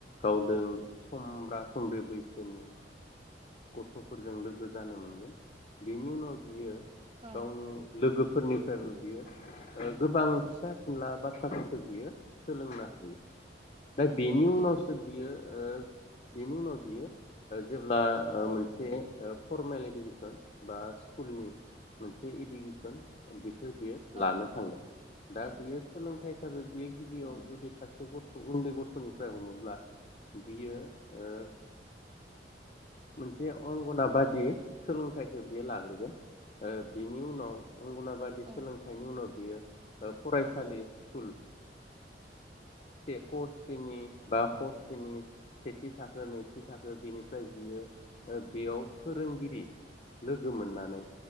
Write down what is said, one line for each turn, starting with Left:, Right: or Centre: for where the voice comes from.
Left: गावदों समब्रा समब्रि बैसोनि गथ'फोरजों लोगो जानो मोनगोन बेनि उनाव बियो
Right: अ
Left: गावनि लोगोफोरनि बियो ओ गोबां फिसा खिनला बाथ्राफोरखौ बियो सोलोंनो हायो। दा बेनि उनावसो
Right: उम
Left: बियो ओ बिनि उनाव बियो जेब्ला ओ मोनसे ओ फरमेल इडुकेसन बा स्कुलनि मोनसे इडुकेसन बेखौ बियो
Right: औ
Left: लानो थांगोन दा
Right: औ
Left: बियो सोलोंथाइ हिसाबै बियो गिबियाव
Right: औ
Left: जुदि सासे गथ' उन्दै गथ'निफ्राय हमोब्ला बियो ओ मोनसे अंगनाबादि सोलोंथाइखौ बेयो लाग्रोगोन ओ बिनि उनाव अंगनाबादि
Right: औ
Left: सोलोंथाइनि उनाव बियो ओ फरायसालि स्कुल <inaudible> से कस्थिनि बा कस्थिनि सेथि थाखो नैथि थाखो बिनिफ्राय बियो बेयाव फोरोंगिरि लोगो मोननानै